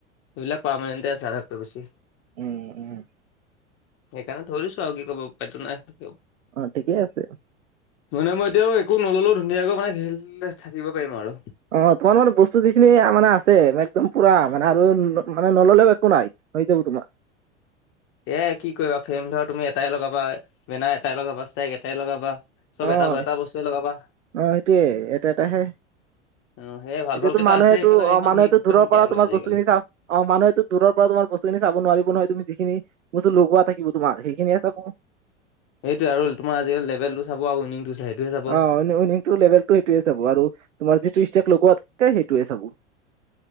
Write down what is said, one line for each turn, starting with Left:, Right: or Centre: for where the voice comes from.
Left: সেইবিলাক পাৰ্মেনেন্তে আছে আধতকে বেছি।
Right: উম, উম।
Left: সেইকাৰণে থৈ দিছো আৰু কি ক'ব উপাইটো নাই।
Right: অ' ঠিকেই আছে।
Left: মানে মই এতিয়াও একো ন'ললেও ধুনীয়াকৈ মানে হেল্পলৈ থাকিব পাৰিম আৰু।
Right: অ' তোমাৰ লগত বস্তু যিখিনি মানে আছে একদম পুৰা মানে আৰু মানে নল'লেও একো নাই। হৈ যাব তোমাৰ।
Left: এয়াই কি কৰিবা ফ্ৰেম ধৰা তুমি এটাই লগাবা বেনাৰ এটাই লগাবা ষ্টাইক এটাই লগাবা। চব
Right: অ'
Left: এটা
Right: হয়
Left: এটা বস্তুৱে লগাবা
Right: অ' সেইটোয়ে এটা এটাহে।
Left: অ সেয়ে ভাল
Right: এতিয়াতো
Left: ভাল কেইটা
Right: মানুহেটো
Left: আছে সেইকাৰণে
Right: অ'
Left: ইমান
Right: মানুহেতো
Left: হেৰি গুৰুত্ব
Right: দূৰৰ
Left: নিদিয়া
Right: পৰা
Left: হলো
Right: তোমাৰ
Left: আজিকালি
Right: বস্তুখিনি চাওঁ। অ' মানুহেতো দূৰৰ পৰা তোমাৰ বস্তুিখিনি চাব নোৱাৰিব নহয়। তুমি যিখিনি বস্তু লগোৱা থাকিব তোমাৰ সেইখিনিহে চাব।
Left: সেইটোয়ে আৰু তোমাৰ আজিকালি লেভেল টো চাব আৰু উইনিং টো চাই। সেইটোহে চাব
Right: অ' উইনিং টো লেবেলটো সেইটোৱে চাব আৰু তোমাৰ যিটো ষ্টেগ লগোৱা থাকে সেইটোৱে চাব।